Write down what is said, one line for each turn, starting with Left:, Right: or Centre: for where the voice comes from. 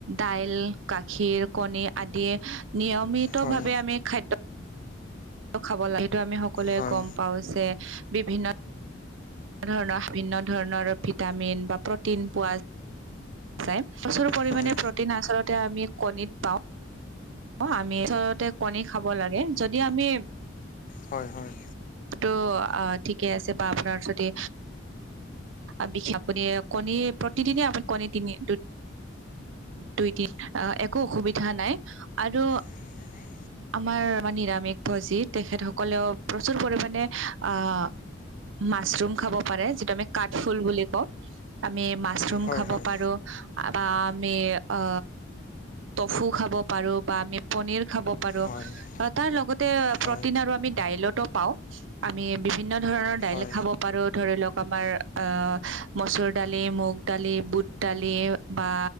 Right: দাইল, গাখীৰ, কণী আদিয়ে নিয়মিতভাৱে
Left: হয়
Right: আমি খাদ্য দ্য খাব লাগে। সেইটো আমি সকলোৱে
Left: হয়
Right: গম পাওঁ যে বিভিন্ন ধৰণৰ, বিভিন্ন ধৰণৰ ভিটামিন বা প্ৰ'টিন পোৱা যায়। প্ৰচুৰ পৰিমানে
Left: হয়
Right: প্ৰ'টিন আচলতে আমি কণীত পাওঁ। অঁ, আমি আচলতে কণী খাব লাগে। যদি আমি
Left: হয়, হয়।
Right: এইটো আ--ঠিকেই আছে বা আপোনাৰ যদি আ বিশেষ আপুনি কণী প্ৰতিদিনে আপুনি কণী তিনি, দু দুই দি আ একো অসুবিধা নাই আৰু
Left: অসুবিধা নাই।
Right: আমাৰ নিৰামিষ ভোজী তেখেতসকলেও প্ৰচুৰ পৰিমানে আঁ মাচৰুম খাব পাৰে যিটো আমি কাঠফুল বুলি কওঁ। আমি মা মাচৰুম
Left: হয়
Right: খাব
Left: হয়
Right: পাৰো বা আমি আ টফু খাব পাৰো বা আমি পনীৰ খাব পাৰো অ
Left: আৰু নেমু পানী চেনি
Right: তাৰ লগতে
Left: ফল
Right: প্ৰ'টিন আৰু আমি দাইলতো পাওঁ। আমি বিভিন্ন ধৰণৰ দাইল
Left: এই
Right: খাব পাৰো ধৰিলওক আমাৰ আঁ মচুৰ দালি, মুগ দালি, বুট দালি বা